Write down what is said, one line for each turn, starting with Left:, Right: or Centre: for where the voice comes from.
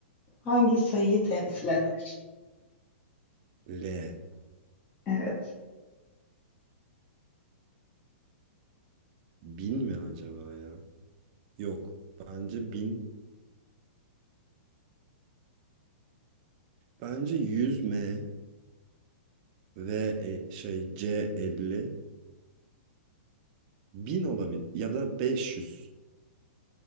Left: hangi sayıyı temsil eder?
Right: L.
Left: Evet.
Right: Bin mi acaba ya? Yok. Bence bin. Bence 100 M ve e, şey C 50. Bin olabilir. Ya da 500.